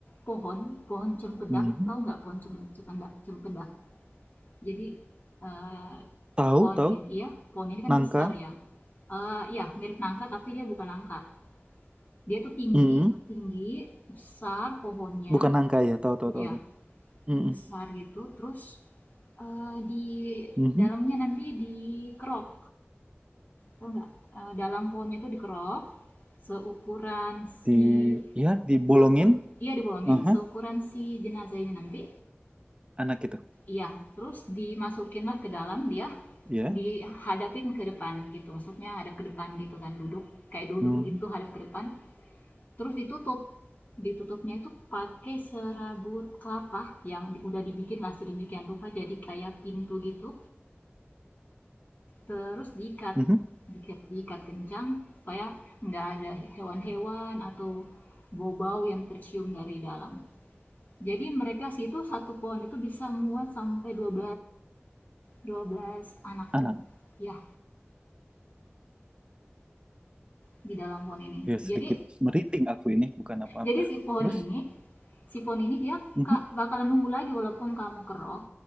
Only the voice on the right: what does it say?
Mhm.
Tahu,
tahu.
Nangka.
Mhm.
Bukan nangka ya, tahu, tahu,
tahu. tahu. Mhm.
Mhm.
Di, ya, dibolongin.
Aha.
Anak itu.
Ya.
Mhm.
Mhm.
Anak.
Ya,
sedikit merinding aku ini, bukan apa-apa.
Terus?
Mhm.